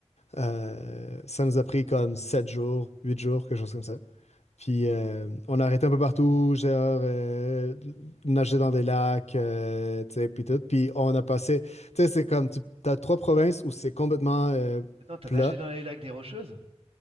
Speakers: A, on the left (about 75°); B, on the right (about 60°).
A: Euh, ça nous a pris comme sept jours, huit jours, quelque chose comme ça. Puis euh, on arrêtait un peu partout, genre euh, nager dans des lacs, euh, tu sais, puis tout. Puis on a passé, tu sais, c'est comme, tu as trois provinces où c'est complètement euh,
B: Attends, t'as
A: plat.
B: nagé dans les lacs des Rocheuses?